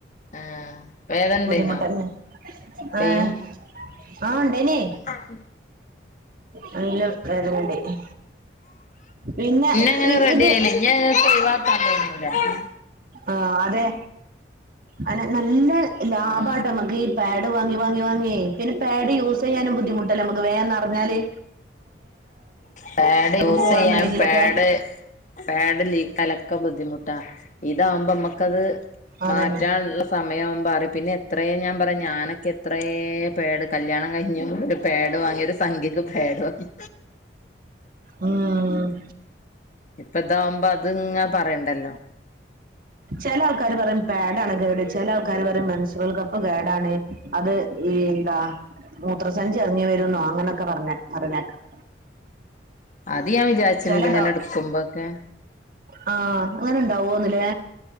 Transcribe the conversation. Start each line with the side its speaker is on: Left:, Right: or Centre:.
Left: ആഹ് വേദനെണ്ടയിന്നോ
Right: ബുദ്ധിമുട്ടന്നെ
Left: പെയിൻ
Right: ഏഹ് ആഹ് ഇണ്ടേനി
Left: ആഹ്
Right: നല്ല വേദനണ്ടായി പിന്നെ
Left: അങ്ങനെ
Right: ഈ
Left: റെഡി
Right: ഇത്
Left: ആയില്ല ഇനി ഞങ്ങൾക്ക് ഒഴിവാക്കാൻ തോന്നൂല
Right: ആഹ് അതെ അനെ നല്ല ലാഭാട്ട
Left: ആ
Right: മ്മക്കീ പാഡ് വാങ്ങി വാങ്ങി വാങ്ങിയെ പിന്നെ പാഡ് യൂസ് ചെയ്യാനും ബുദ്ധിമുട്ടല്ലേ മക്ക് വേഗം നേറഞ്ഞാല്
Left: പാഡ് യൂസ്
Right: പോവാണെന്നുണ്ടെങ്കിലൊക്കെ
Left: ചെയ്യാൻ പാഡ് പാഡ് ലീക്കാലൊക്കെ ബുദ്ധിമുട്ടാ ഇതാകുമ്പോ മക്കത്
Right: അതന്നെ
Left: മാറ്റാനുള്ള സമയം പിന്നെ എത്രയയും ഞാൻ പറയാ ഞാനൊക്കെ ത്രയെ പേട് കല്യാണം കഴിഞ്ഞ ഒരു പേഡ് വാങ്ങി ഒരു സംഖ്യക്ക് പേഡ് വാങ്ങി
Right: ഉം ഉം
Left: ഇപ്പ ഇതാവുമ്പോ അത് ഇങ്ങ പറയണ്ടല്ലോ
Right: ചെലാ ആള് ക്കാര് പറയും പാടാണ് കേട് ചില കാര് പറയും മെൻസുറൽ കപ്പ് കേടആണ് അത് ഈ എന്താ മൂത്രസഞ്ചിറങ്ങി വരുന്ന ആ അങ്ങനെയൊക്കെ പറഞ്ഞ പറയുന്ന കേൾക്കാം
Left: അത് ഞാൻ വിചാരിച്ചിട്ടുണ്ട്
Right: ചിലരുണ്ടാവും
Left: ഇങ്ങനെ എടുക്കുമ്പോക്കെ
Right: ആ അങ്ങനെ ഇണ്ടാവോന്നില്ലേ